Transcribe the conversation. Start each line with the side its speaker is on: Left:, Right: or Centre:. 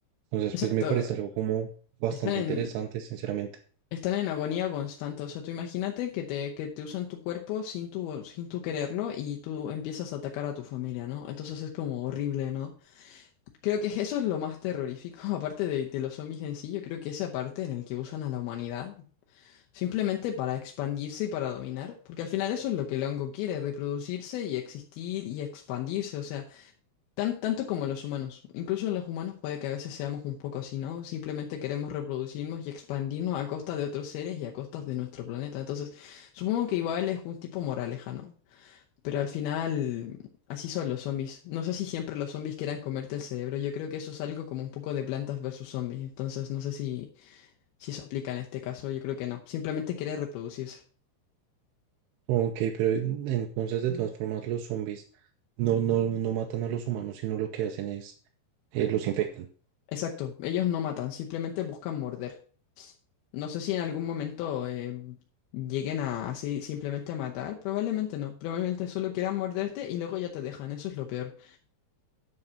Right: Entonces
Left: Exacto.
Right: pues me parece algo como bastante
Left: Están
Right: interesante,
Left: en,
Right: sinceramente.
Left: están en agonía constante. O sea, tú imagínate que te, que te usan tu cuerpo sin tu, sin tu quererlo y tú empiezas a atacar a tu familia, ¿no? Entonces es como horrible, ¿no? Creo que eso es lo más terrorífico, <laughs> aparte de, de los zombies en sí, yo creo que esa parte en el que usan a la humanidad Simplemente para expandirse y para dominar, porque al final eso es lo que el hongo quiere, reproducirse y existir y expandirse, o sea, tan, tanto como los humanos. Incluso los humanos puede que a veces seamos un poco así, ¿no? Simplemente queremos reproducirnos y expandirnos a costa de otros seres y a costas de nuestro planeta. Entonces, supongo que igual es un tipo moraleja, ¿no? Pero al final, así son los zombies. No sé si siempre los zombies quieran comerte el cerebro, yo creo que eso es algo como un poco de plantas versus zombies, entonces no sé si... Si eso aplica en este caso, yo creo que no. Simplemente quiere reproducirse.
Right: Ok, pero en- entonces de todas formas los zombies no, no, no matan a los humanos, sino lo que hacen es eh, los infectan.
Left: Exacto, ellos no matan, simplemente buscan morder. No sé si en algún momento eh, lleguen a así simplemente a matar, probablemente no. Probablemente solo quieran morderte y luego ya te dejan, eso es lo peor.